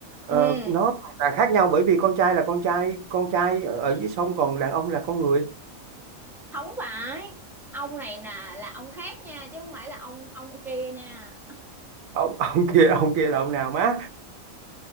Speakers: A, in the centre; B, on the right.
A: ừ
B: Ờ, nó hoàn toàn khác nhau bởi vì con trai là con trai con trai ở ở dưới sông còn đàn ông là con người
A: không phải ông này nè là ông khác nha chứ không phải là ông ông kia nha
B: ông <laughs> ông kia ông kia là ông nào má